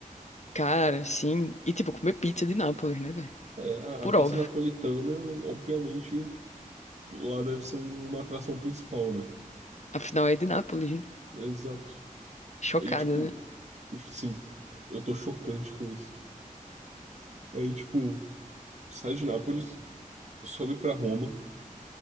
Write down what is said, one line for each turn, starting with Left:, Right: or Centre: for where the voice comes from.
Left: Cara, sim. E, tipo, comer pizza de Nápoles, né, velho?
Right: É, a
Left: Por
Right: a pizza
Left: óbvio.
Right: napolitana, obviamente, lá deve ser uma atração principal, né?
Left: Afinal, é de Nápoles, né?
Right: Exato.
Left: Chocada,
Right: Aí, tipo,
Left: né?
Right: sim, eu tô chocante com isso. Aí, tipo, sai de Nápoles, sobe pra Roma.